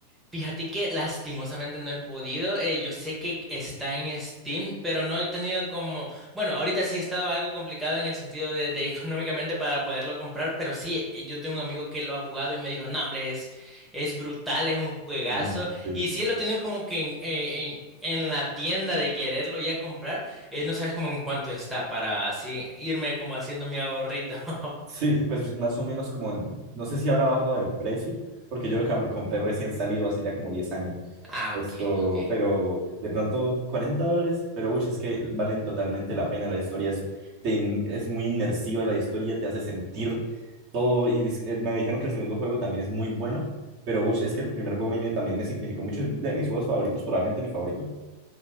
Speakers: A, in the centre; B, on the right.
A: Fíjate que lastimosamente no he podido. eh, yo sé que está en Steam, pero no he tenido como, bueno, ahorita sí he estado algo complicado en el sentido de, de <laughs> económicamente para poderlo comprar, pero sí, eh, yo tengo un amigo que lo ha jugado y me dijo, no, hombre, es, es brutal, es un juegazo.
B: Mm, sí.
A: Y sí lo he tenido como que en, eh, en- en la tienda de quererlo ya comprar, eh, no sabes como en cuánto está para así irme como haciendo mi ahorrito. <laughs>
B: Sí, pues más o menos como, en- no sé si habrá bajado de precio, porque yo lo cam- compré recién salido hace ya como 10 años.
A: Ah,
B: Esto,
A: ok, ok.
B: pero de pronto 40 dólares, pero uy, es que valen totalmente la pena. La historia es, te in- es muy inmersiva, la historia te hace sentir todo y dis- eh, me dijeron que el segundo juego también es muy bueno, pero ush, es que el primer juego a mí me- también me significó mucho, es de mis juegos favoritos, probablemente mi favorito.